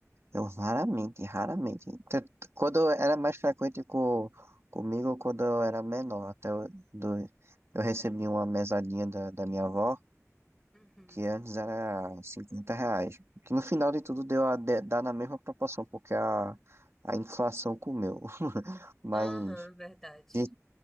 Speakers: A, on the right (about 55°); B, in the centre.
A: Eu raramente, raramente. T- t- Quando era mais frequente co, comigo, quando eu era menor, até eu, do, eu recebi uma mesadinha da, da minha avó,
B: Uhum,
A: que antes era 50 reais. Que no final de tudo deu a de- dar na mesma proporção, porque a, a inflação comeu. <laughs> Mas,
B: Aham, verdade.
A: de-